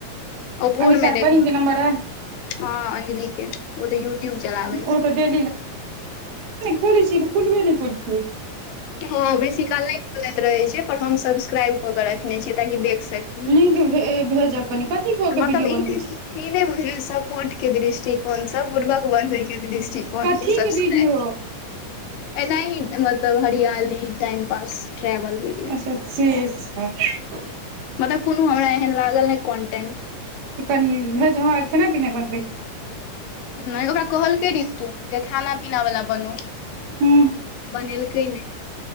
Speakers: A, on the left; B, on the right.
A: आ भोर
B: अमीषा
A: मे
B: के
A: देखब
B: बहिन के नम्बर अइ
A: हँ अंजलिक के ओ तऽ यूट्यूब चलाबैत
B: ओ
A: छै
B: डेली <unintelligible> कुलबे नाए करै छि
A: हँ बेसीकाल नाए खुलैत रहैत छै पर हम सब्सक्राइब कऽ कऽ रखने छियै ताकि देख सकी
B: लिंक भेजब कनि कथी कऽ के
A: मतलब
B: वीडियो
A: ई
B: बनबै
A: ई
B: छै
A: नहि बुझलियै सपोर्ट के दृष्टिकोण स बुर्बक बनबय के दृष्टिकोण
B: कथी
A: हम त सब्सक्राइब
B: के वीडियो
A: एना ही मतलब हरियाली टाइम पास ट्रेवल भी
B: <inaudible>
A: मतलब कोनो हमरा एहन लागल नाए कंटेंट
B: सेऽ कनि भेज हम आ खेनाइ पिनाइ बनबै
A: नाए ओकरा कहलकै ऋतु जे खाना पीना वला बन
B: हूँ
A: बनलेके न